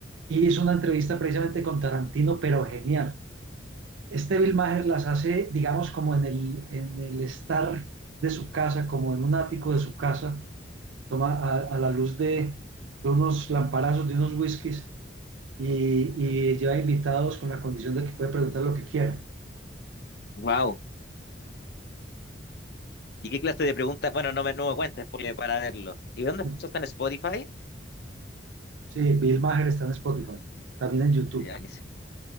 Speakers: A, on the right; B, on the left.
A: Y hizo una entrevista precisamente con Tarantino, pero genial. Este Bill Maher las hace, digamos, como en el, en el estar de su casa, como en un ático de su casa, toma a, a la luz de, de unos lamparazos, de unos whiskies, y, y lleva invitados con la condición de que puede preguntar lo que quiera.
B: Wow. ¿Y qué clase de preguntas? Bueno, no me, no me cuentes porque para verlo. ¿Y dónde
A: ¿no?
B: eso está en Spotify?
A: Sí, Bill Maher está en Spotify, también en YouTube.
B: Ya, buenísimo.